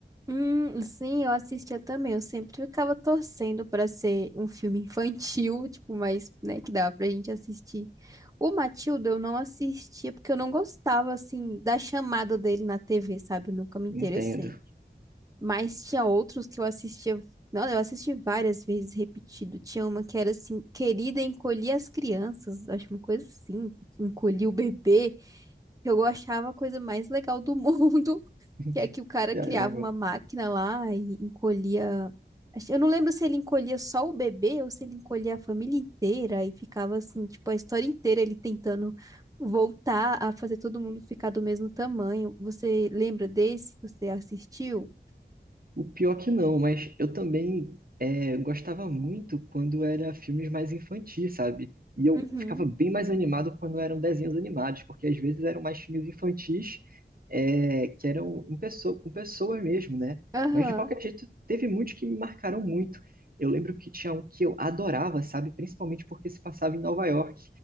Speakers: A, on the right; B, on the right.
A: Hum, sim, eu assistia também. Eu sempre ficava torcendo para ser um filme infantil, <laughs> tipo, mas, né, que dava pra gente assistir. O Matilda eu não assistia porque eu não gostava, assim, da chamada dele na TV, sabe? Eu nunca me interessei.
B: Entendo.
A: Mas tinha outros que eu assistia. Não, eu assisti várias vezes repetido. Tinha uma que era assim, Querida, encolhi as crianças. Acho uma coisa assim, encolhi o bebê. Eu achava a coisa mais legal do mundo, <laughs>
B: <laughs>
A: que é que o cara
B: Caramba.
A: criava uma máquina lá e encolhia. acho- Eu não lembro se ele encolhia só o bebê ou se ele encolhia a família inteira e ficava assim, tipo, a história inteira ele tentando voltar a fazer todo mundo ficar do mesmo tamanho. Você lembra desse? Você assistiu?
B: O pior que não, mas eu também é, gostava muito quando era filmes mais infantis, sabe? E eu
A: Uhum,
B: ficava bem mais animado quando eram desenhos animados, porque às vezes eram mais filmes infantis é, que eram em pessoa, com pessoas mesmo, né?
A: Aham,
B: Mas de qualquer jeito, teve muitos que me marcaram muito. Eu lembro que tinha um que eu adorava, sabe? Principalmente porque se passava em Nova York,